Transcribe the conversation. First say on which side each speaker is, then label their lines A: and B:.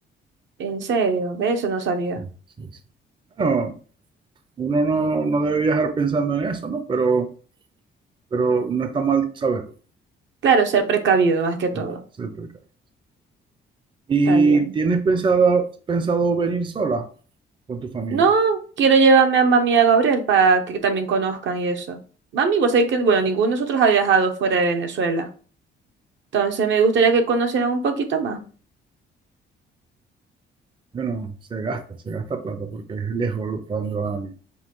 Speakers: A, on the right; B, on the right.
A: En serio, ve, eso no sabía.
B: Sí, sí, sí. Bueno, uno no, no debe viajar pensando en eso, ¿no? Pero, pero no está mal saberlo,
A: Claro, ser precavido más que
B: ser,
A: todo.
B: ser precavido. ¿Y
A: Está bien.
B: tienes pensado, pensado venir sola con tu familia?
A: No, quiero llevarme a mami y a Gabriel para que también conozcan y eso. Mami, vos sabés que, bueno, ninguno de nosotros ha viajado fuera de Venezuela. Entonces me gustaría que conocieran un poquito más.
B: Bueno, se gasta, se gasta plata porque es lejos lo- para donde van a venir.